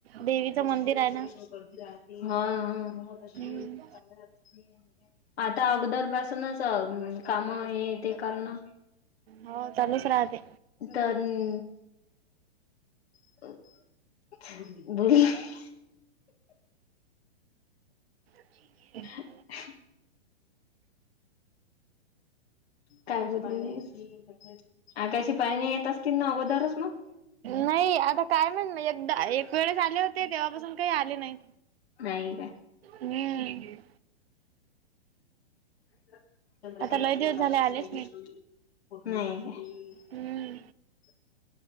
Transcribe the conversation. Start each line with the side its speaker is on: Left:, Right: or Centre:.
Right: देवीचं
Left: हा,
Right: मंदिर आहे ना
Left: हा.
Right: हम्म
Left: आता अगोदर पासूनच अ काम हे ते करना.
Right: हो चालूच राहते
Left: तनं <unintelligible>
Right: <inaudible>
Left: <inaudible> काय बोले मी? आकाशी पाळणे येत असतील ना, अगोदरच मग?
Right: नाही, आता काय म्हण एकदा एक वेळेस आले होते, तेव्हापासून काही आले नाही.
Left: नाही कायं?
Right: हम्म.
Left: <unintelligible>
Right: आता लय दिवस झाले आलेच
Left: नाही काय.
Right: हम्म